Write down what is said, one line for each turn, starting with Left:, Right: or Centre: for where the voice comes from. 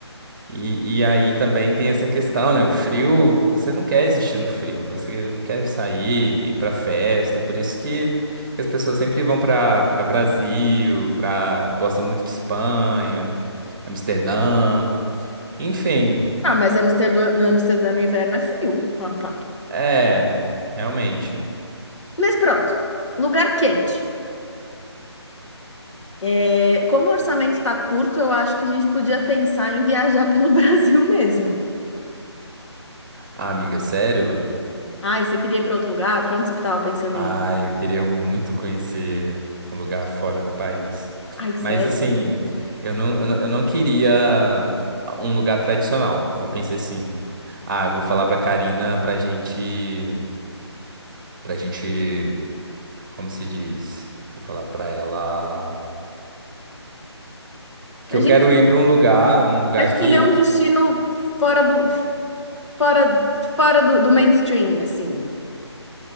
Right: E, e aí também tem essa questão, né? O frio, você não quer existir no frio, você não quer sair, ir pra festa, por isso que as pessoas sempre vão pra para Brasil, pra gostam muito de Espanha, Amsterdã, enfim,
Left: Ah, mas Amsterdã, Amsterdã no inverno é frio. Ah, pá.
Right: é, realmente.
Left: Mas pronto, lugar quente. É, como o orçamento tá curto, eu acho que a gente podia pensar em viajar pelo <laughs> Brasil mesmo.
Right: Ah, amiga, sério?
Left: Ai, você queria ir para outro lugar? Para onde você estava pensando
Right: Ah,
Left: em ir?
Right: eu queria muito conhecer um lugar fora do país.
Left: Ai, sério?
Right: Mas assim, eu não, eu não, eu não queria um lugar tradicional. Eu pensei assim, ah, eu vou falar pra Karina pra gente, pra gente, como se diz? Vou falar pra ela que
Left: A
Right: eu
Left: gente
Right: quero ir pra um lugar, um lugar
Left: vai escolher
Right: que,
Left: um
Right: que...
Left: destino fora do, fora, fora do, do mainstream, assim.